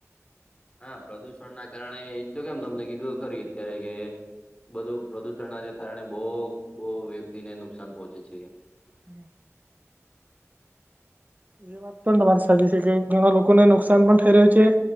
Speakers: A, on the left; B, on the right.
A: હા પ્રદૂષણ ના કારણે એ તો કેમ તમને કીધું ખરી અત્યારે કે બધું પ્રદુષણને કારણે બહુ બહુ વ્યક્તિને નુકસાન પોહોંચે છે.
B: હમ. એ વાત પણ તમારી સાચી છે કે ઘણા લોકોને નુકસાન પણ થઈ રહ્યું છે